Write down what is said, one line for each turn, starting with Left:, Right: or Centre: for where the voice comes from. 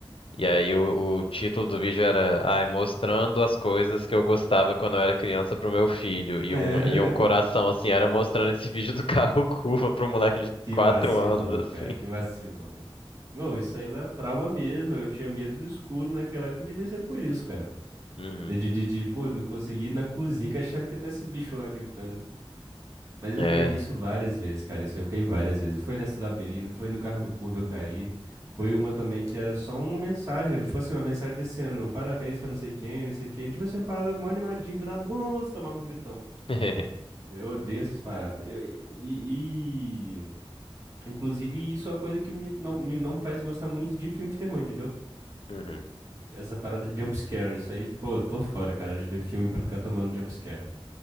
Left: E aí o, o título do vídeo era, ai, mostrando as coisas que eu gostava quando eu era criança pro meu filho. E
Right: <laughs>
Left: um, e um coração, assim, era mostrando esse vídeo do carro <laughs> curva pro moleque de
Right: Que
Left: quatro
Right: vacilão,
Left: anos, assim.
Right: cara, que vacilão. Não, isso aí dá trauma mesmo. Eu tinha medo do escuro naquela época, devia ser por isso, cara.
Left: Uhum.
Right: De, de, de, de, pô, não consegui ir na cozinha, que eu achava que tá esse bicho lá gritando. Mas eu
Left: É.
Right: caí nisso várias vezes, cara. Isso aí eu caí várias vezes. Foi nesse labirinto, foi no carro do Curva eu caí. Foi uma também que era só uma mensagem, tipo assim, uma mensagem desse ano, parabéns pra não sei quem, não sei quem. Tipo assim, uma parada mó animadinha, do nada, brus, tomava um gritão.
Left: <laughs>
Right: Eu odeio essas paradas. Eu, e, e- e- Inclusive, isso é uma coisa que me, não, me, não faz gostar muito de filmes de terror, entendeu?
Left: Uhum.
Right: Essa parada de jump scare, isso aí, pô, eu tô fora, cara, de ver filme pra ficar tomando jump scare.